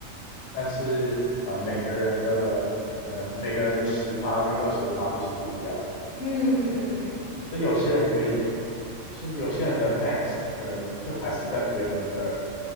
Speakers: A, on the left (about 80°); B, on the left (about 55°).
A: 但是呃每个人的可能每个人的十趴跟二十趴就是不一样的，
B: 嗯嗯嗯嗯
A: 所以有些人可以，是有些人的 max 可能就还是在别人的